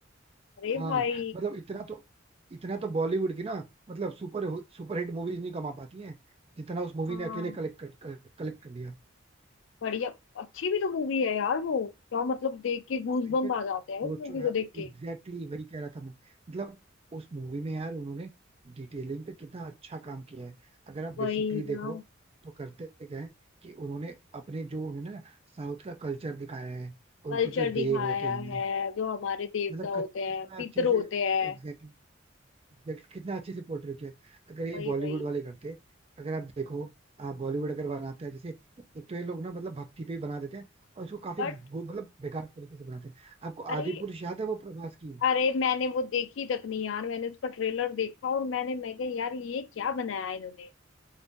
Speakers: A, on the left; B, on the right.
A: अरे
B: हाँ
A: भाई
B: मतलब इतना तो इतना तो बॉलीवुड की ना मतलब सुपर सुपरहिट मूवीज नहीं कमा पाती हैं जितना उस मूवी
A: हाँ
B: ने अकेले कलेक्ट कलेक्ट कर लिया
A: बढ़िया अच्छी भी तो मूवी है यार वो क्या मतलब देख के गूज बम्प
B: इनफैक्ट
A: आ जाते हैं उस
B: सोचो
A: मूवी
B: यार
A: को देख के
B: एग्जैक्टली exactly वही कह रहा था मैं मतलब उस मूवी में यार उन्होंने डिटेलिंग पे कितना अच्छा काम किया है अगर आप
A: वही
B: बेसिकली
A: ना
B: देखो तो करते क्या है कि उन्होंने अपने जो उन्होंने ना साउथ का कल्चर दिखाया है
A: कल्चर
B: उनको जो देव
A: दिखाया
B: होते हैं
A: है जो हमारे देवता
B: मतलब
A: होते
B: क-
A: हैं
B: कितना
A: पितर
B: अच्छे
A: होते
B: से
A: हैं
B: एग्जैक्टली देख कितना अच्छे से पोर्ट्रे किया है। अगर ये
A: वही
B: बॉलीवुड
A: वही
B: वाले करते अगर आप देखो बॉलीवुड अगर बनाता है जैसे एक तो ये लोग ना मतलब भक्ति पे ही बना देते हैं और इसको काफी
A: बट
B: गो- मतलब बेकार तरीके से बनाते हैं आपको
A: अरे
B: आदि पुरुष याद है वो प्रभास की
A: अरे मैंने वो देखी तक नहीं यार मैंने उसका ट्रेलर देखा और मैंने मैं कहा यार ये क्या बनाया इन्होंने